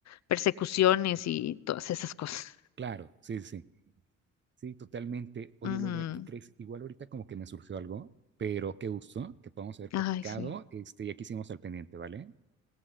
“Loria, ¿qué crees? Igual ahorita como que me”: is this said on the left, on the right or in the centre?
Right